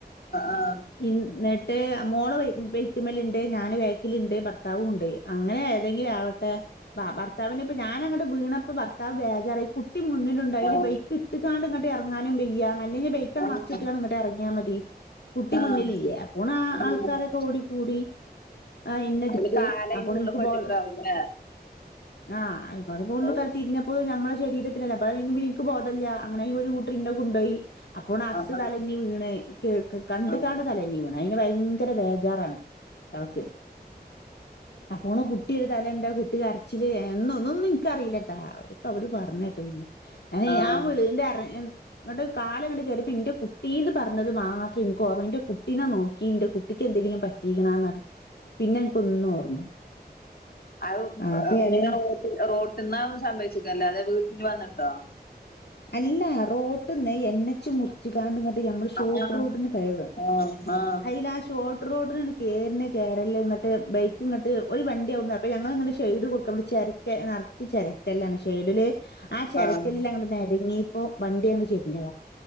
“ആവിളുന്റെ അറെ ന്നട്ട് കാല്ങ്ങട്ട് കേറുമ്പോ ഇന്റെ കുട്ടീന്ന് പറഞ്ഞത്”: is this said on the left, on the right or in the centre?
Left